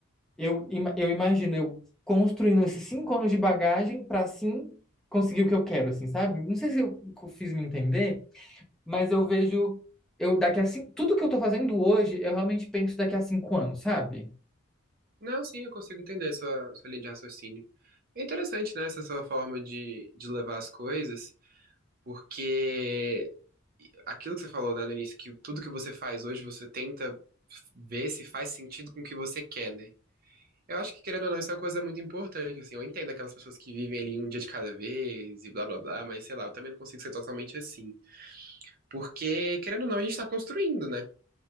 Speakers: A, in the centre; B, on the right.
A: Eu, ima- eu imagino eu construindo esses cinco anos de bagagem para assim conseguir o que eu quero, assim, sabe? Não sei se eu co- fiz me entender, mas eu vejo eu daqui a cinco, tudo que eu tô fazendo hoje, eu realmente penso daqui a cinco anos, sabe?
B: Não, sim, eu consigo entender sua, sua linha de raciocínio. É interessante, né, essa sua forma de, de levar as coisas, porque aquilo que você falou, né, no início, que tudo que você faz hoje, você tenta ver se faz sentido com o que você quer, né? Eu acho que, querendo ou não, isso é uma coisa muito importante, assim, eu entendo aquelas pessoas que vivem ali um dia de cada vez e blá blá blá, mas sei lá, eu também não consigo ser totalmente assim. Porque, querendo ou não, a gente tá construindo, né?